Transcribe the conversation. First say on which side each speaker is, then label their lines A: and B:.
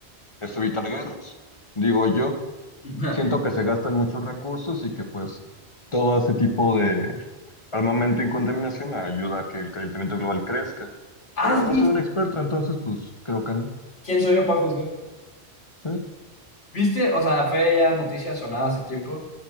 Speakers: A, on the left; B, on the left.
A: es evitar guerras. Digo yo,
B: <laughs>
A: siento que se gastan muchos recursos y que pues todo ese tipo de armamento y contaminación ayuda a que el calentamiento global crezca.
B: ¿Has
A: Pero no
B: visto?
A: soy un experto, entonces pues creo que no.
B: ¿Quién soy yo para juzgar?
A: ¿Sí?
B: ¿Viste? O sea, fue ya noticia sonada hace tiempo